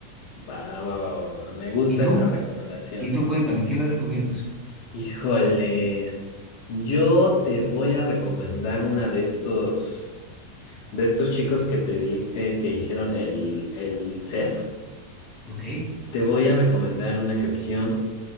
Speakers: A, on the left; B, in the centre.
A: Va, va, va, va. Me gusta
B: ¿Y tú?
A: esa recomendación.
B: ¿Y tú cuéntame, qué me recomiendas?
A: Híjole, yo te voy a recomendar una de estos, de estos chicos que te dije que hicieron el, el CEF.
B: Ok,
A: Te voy a recomendar una canción